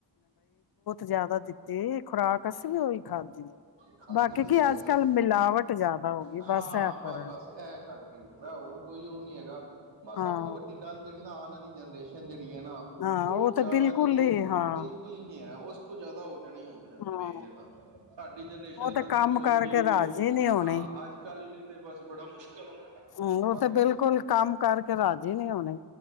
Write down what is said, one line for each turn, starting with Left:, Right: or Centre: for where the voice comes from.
Left: ਜਿਆਦਾ ਦਿੱਤੇ ਖੁਰਾਕ ਅਸੀਂ ਵੀ ਉਹੀ ਖਾਧੀ ਆ
Right: ਖਾਧੀ
Left: ਬਾਕੀ
Right: ਤੇ
Left: ਕੀ
Right: ਹੈਗੀ
Left: ਅੱਜ ਕੱਲ੍ਹ ਮਿਲਾਵਟ ਜਿਆਦਾ ਹੋ ਗਈ
Right: ਹਾਂ,
Left: ਬਸ ਇਹ ਪਰ
Right: ਬਸ ਕਰਕੇ ਜਾਂਦਾ ਹੋਰ ਕੋਈ ਉਹ ਨੀ ਹੈਗਾ ਬ
Left: ਹਾਂ
Right: ਸਭ ਤੋਂ ਵੱਡੀ ਗੱਲ ਜਿਹੜੀ ਨਾ ਆ ਦੀ ਜਨਰੇਸ਼ਨਿਹੜੀ <unintelligible> ਨਾ
Left: ਹਾਂ
Right: ਉਹ
Left: ਤਾਂ
Right: ਜ਼ਿਆਦਾ
Left: ਬਿਲਕੁਲ
Right: ਜਿਹੜੀ
Left: ਹੀ
Right: ਉਹ
Left: ਹਾਂ
Right: ਬਿਲਕੁਲ ਹੀ ਨਹੀਂ ਹੈ ਉਹ ਤੋਂ ਜਿਆਦਾ ਹੋ ਜਾਣੀ ਹੋਰ ਜ਼ਿਆਦਾ
Left: ਹਾਂ।
Right: ਵੇਖ ਲਣਾ ਸਾਡੀ ਜਨਰੇਸ਼ਨ
Left: ਉਹ
Right: ਤੱਕ
Left: ਤਾਂ ਕੰਮ
Right: ਤੇ ਚਲੋ
Left: ਕਰਕੇ
Right: ਠੀਕ
Left: ਰਾਜੀ ਨਹੀਂ ਹੋਣੇ
Right: ਹਾਂ ਅੱਜ ਕੱਲ੍ਹ ਲਈ ਤੇ ਬਸ ਬੜਾ ਮੁਸ਼ਕਿਲ ਹੋ
Left: ਹੂੰ ਉਹ
Right: ਬਾਕੀ
Left: ਤੇ ਬਿਲਕੁਲ ਕੰਮ ਕਰਕੇ ਰਾਜੀ ਨਹੀਂ ਹੋਣੇ